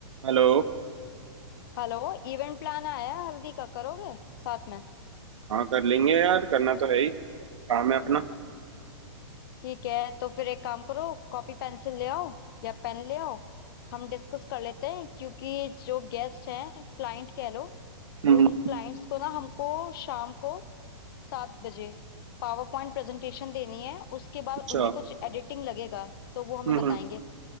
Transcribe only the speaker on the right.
Hello
हाँ कर लेंगे यार करना तो है ही काम है अपना
हम्म
अच्छा
हम्म